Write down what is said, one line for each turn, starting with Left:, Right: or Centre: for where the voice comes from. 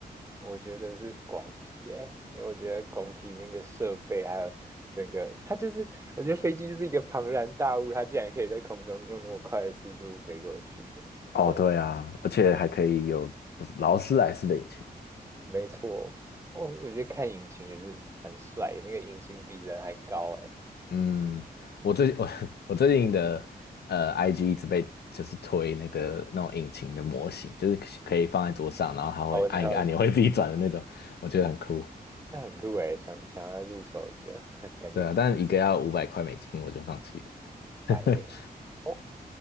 Right: 我觉得是广体诶，因为我觉得广体那个设备还有整个，它就是我觉得飞机就是一个庞然大物，它竟然可以在空中用那么快的速度飞过去。
Left: 哦，
Right: 我
Left: 对啊，而且还可以有劳斯莱斯的引擎。
Right: 没错，我我觉得看引擎也是蛮帅的，那个引擎比人还高诶。
Left: 嗯，我最我 <laughs> 我最近的呃，IG 一直被就是推那个那种引擎的模型，就是可以放在桌上，然后它会按一个按钮
Right: 哦，我知道，
Left: <laughs> 会自己转的那种，我觉得很酷。
Right: 那很酷诶，想想要入手一个，<laughs> 感觉不错，
Left: 对啊，但一个要五百块美金，我就放弃了。<laughs>
Right: 我还没有。哦，